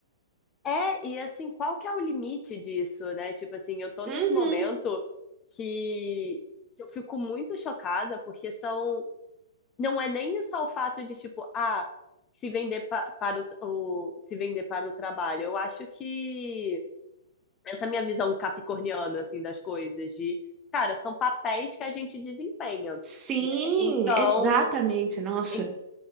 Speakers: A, on the left; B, on the right.
A: É, e assim, qual que é o limite disso, né? Tipo assim, eu tô
B: Uhum.
A: nesse momento que eu fico muito chocada, porque são. Não é nem só o fato de, tipo, ah, se vender pa- para o, o- se vender para o trabalho. Eu acho que essa minha visão capricorniana, assim, das coisas, de, cara, são papéis que a gente desempenha,
B: Sim,
A: né? Então.
B: exatamente, nossa.
A: em-